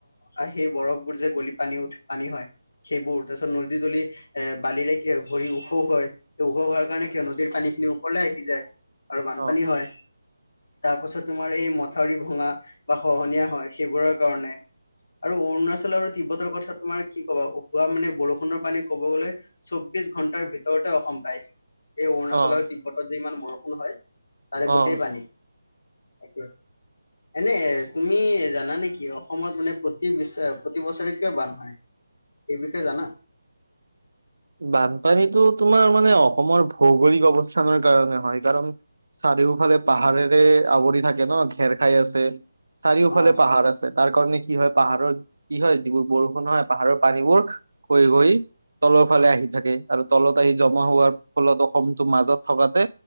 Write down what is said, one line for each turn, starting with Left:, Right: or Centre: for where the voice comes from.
Left: আহ সেই বৰফবোৰ যে গলি পানী উঠ, পানী হয়। সেইবোৰ, তাৰ পিছত নদী তুলি এ বালিৰে কি হয়? ভৰি ওখ হয়, সেই ওখ হোৱাৰ কাৰণে কি হয় নদীৰ পানীখিনি ওপৰলৈ আহি যায়। আৰু বানপানী
Right: অ
Left: হয়। তাৰপাছত তোমাৰ এই মথাউৰি ভঙা বা খহনীয়া হয়। সেইবোৰৰ কাৰণে আৰু অৰুণাচল আৰু তিব্বতৰ কথা তোমাৰ কি ক'বা! কোৱা মানে বৰষুণৰ পানী ক'ব গ'লে চৌবিশ ঘণ্টা ঘণ্টাৰ ভিতৰতে অসম পায়। এই অৰুণাচল
Right: অ
Left: আৰু তিব্বতত যে ইমান বৰষুণ হয়, তাৰে গোটেই
Right: অ
Left: পানী তাকে। এনে তুমি জানা নেকি? অসমত মানে প্ৰতি বিশ প্ৰতি বছৰে কিয় বান হয়? এই বিষয়ে জানা?
Right: বানপানীটো তোমাৰ মানে অসমৰ ভৌগলিক অৱস্থানৰ কাৰণে হয়। কাৰণ চাৰিওফালে পাহাৰেৰে আৱৰি থাকে ন? ঘেৰ খাই আছে। চাৰিওফালে
Left: অ
Right: পাহাৰ আছে। তাৰ কাৰণে কি হয়, পাহাৰৰ কি হয়, যিবোৰ বৰষুণ হয় পাহাৰৰ পানীবোৰ গৈ গৈ তলৰ ফালে আহি থাকে, আৰু তলত আহি জমা হোৱাৰ ফলত অসমটো মাজত থকাতে